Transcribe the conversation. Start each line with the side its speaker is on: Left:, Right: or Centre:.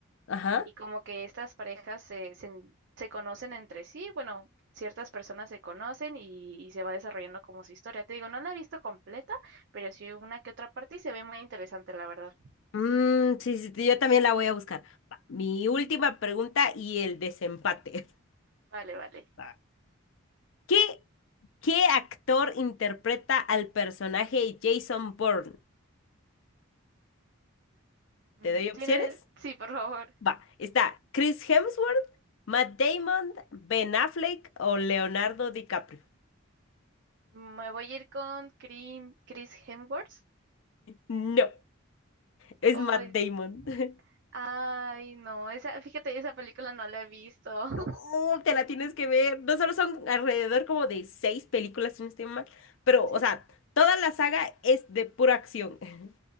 Left: Ajá.
Right: Y como que estas parejas se, se, se conocen entre sí, bueno, ciertas personas se conocen y, y se va desarrollando como su historia. Te digo, no la he visto completa, pero sí una que otra parte y se ve muy interesante, la verdad.
Left: Mm, sí, sí, sí, yo también la voy a buscar. Va, Mi última pregunta y el desempate.
Right: Vale, vale.
Left: <laughs> Va. ¿Qué, qué actor interpreta al personaje Jason Bourne?
Right: Mm,
Left: ¿Te doy
Right: Tiene,
Left: opciones?
Right: sí, por favor.
Left: Va, está Chris Hemsworth, Matt Damon, Ben Affleck o Leonardo DiCaprio.
Right: Me voy a ir con Crim- Chris Hemsworth.
Left: No, es
Right: Ay,
Left: Matt Damon.
Right: no,
Left: <laughs>
Right: ay, no, esa, fíjate, esa película no la he visto. <laughs>
Left: No, te la tienes que ver. No solo son alrededor como de seis películas, si no estoy mal, pero,
Right: ¿Sí?
Left: o sea, toda la saga es de pura acción. <laughs>